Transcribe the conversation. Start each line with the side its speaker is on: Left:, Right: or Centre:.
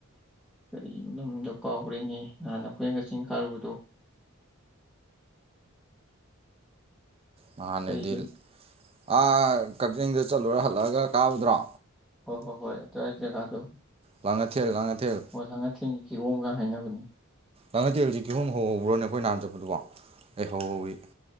Centre: ꯀꯔꯤꯕ ꯗꯨ ꯃꯃꯤꯡꯗꯣ ꯀꯥꯎꯒꯔ꯭ꯦꯅꯦꯍꯦ ꯅꯥꯍꯟ ꯑꯩꯈꯣꯏꯅꯒ ꯆꯤꯡ ꯀꯥꯔꯨꯕꯗꯣ
Right: ꯅꯍꯥꯟ
Centre: ꯀꯔꯤꯕ
Right: ꯍꯥꯏꯗꯤ ꯑ ꯀꯛꯆꯤꯡꯗ ꯆꯠꯂꯨꯔ ꯍꯜꯂꯛꯑꯒ ꯀꯥꯕꯗꯨꯔꯣ
Centre: ꯍꯣ ꯍꯣ ꯍꯣꯏ ꯑꯗꯋꯥꯏ ꯖꯒꯗꯣ
Right: ꯂꯥꯉꯥꯊꯦꯜ ꯂꯥꯉꯥꯊꯦꯜ
Centre: ꯍꯣꯏ ꯂꯥꯡꯉꯥꯊꯦꯟꯒꯤ ꯀꯤꯌꯣꯝꯒ ꯍꯥꯏꯅꯕꯅꯦ
Right: ꯂꯥꯡꯉꯥꯊꯦꯜꯖꯦ ꯀꯤꯍꯣꯝ ꯍꯧꯍꯧꯕ꯭ꯔꯅꯦ ꯑꯩꯈꯣꯏ ꯅꯍꯥꯟ ꯆꯠꯄꯗꯨꯗꯣꯍꯩ ꯍꯧꯍꯧꯋꯤ